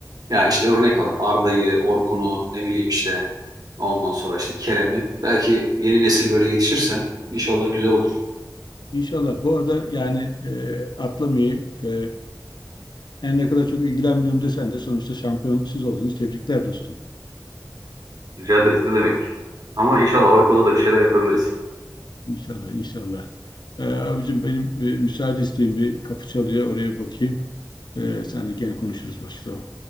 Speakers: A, on the right; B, on the left.
A: ya işte örnek alır Arda'yı, Orkun'u ne bileyim işte ondan sonra işte Kerem'i. Belki yeni nesil böyle yetişirse inşallah güzel olur.
B: İnşallah. Bu arada yani e, atlamayayım. E, her ne kadar çok ilgilenmiyorum desen de sonuçta şampiyon siz oldunuz. Tebrikler dostum.
A: Rica ederiz ne demek. Ama inşallah Avrupa'da da bir şeyler yapabiliriz.
B: İnşallah, inşallah. E, abicim benim e, müsaade isteyeyim bir kapı çalıyor. Oraya bir bakayım. E, sen de gene konuşuruz başka zaman.